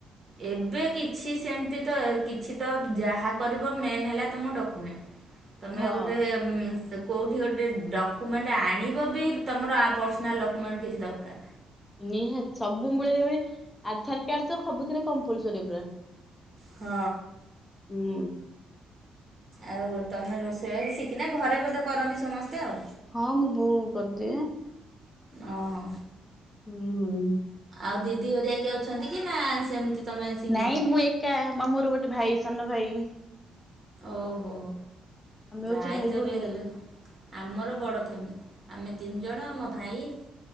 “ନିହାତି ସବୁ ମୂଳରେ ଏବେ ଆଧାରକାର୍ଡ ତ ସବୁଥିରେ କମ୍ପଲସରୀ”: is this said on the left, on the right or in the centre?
Left